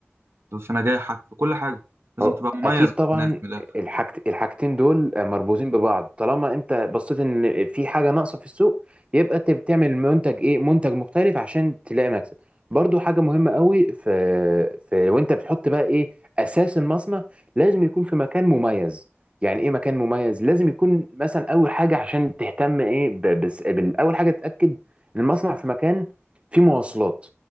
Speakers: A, on the right; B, on the right.
A: في نجاحك في كل حاجة لازم
B: هو
A: تبقى مميز
B: اكيد
A: عن
B: طبعا
A: الناس من الآخر
B: الحاجت الحاجتين دول مربوطين ببعض طالما انت بصيت ان في حاجه ناقصه في السوق يبقى انت بتعمل منتج ايه منتج مختلف عشان تلاقي مكسب برضو حاجه مهمه قوي في في وانت بتحط بقى ايه اساس المصنع لازم يكون في مكان مميز يعني ايه مكان مميز لازم يكون مثلا اول حاجه عشان تهتم ايه ب- بس بالاول حاجه تتاكد ان المصنع في مكان فيه مواصلات